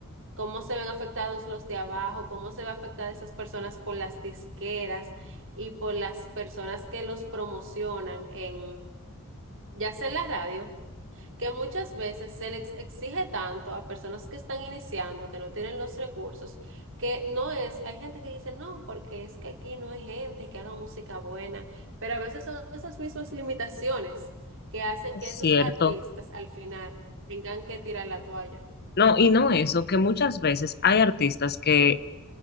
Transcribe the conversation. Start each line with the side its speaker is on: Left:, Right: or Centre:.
Right: cómo se ven afectados los de abajo, cómo se ve afectada esas personas por las disqueras y por las personas que los promocionan en, ya sea en la radio que muchas veces se les exige tanto a personas que están iniciando, que no tienen los recursos, que no es, hay gente que dice, no, porque es que aquí no hay gente que haga música buena, pero a veces son esas mismas limitaciones que hacen
Left: Es
Right: que esos
Left: cierto.
Right: artistas al final tengan que tirar la toalla.
Left: No, y no eso, que muchas veces hay artistas que